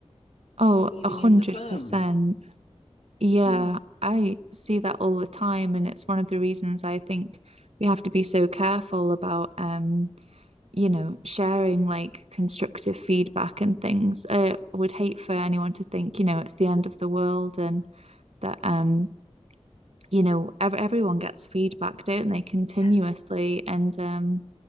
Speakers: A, on the right; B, on the left.
A: Oh,
B: believing
A: a hundred
B: in the firm.
A: percent. Yeah,
B: Hmm.
A: I see that all the time, and it's one of the reasons I think we have to be so careful about, um, you know, sharing like constructive feedback and things. I would hate for anyone to think, you know, it's the end of the world and that um you know, ev everyone gets feedback, don't they, continuously,
B: Yes.
A: and um,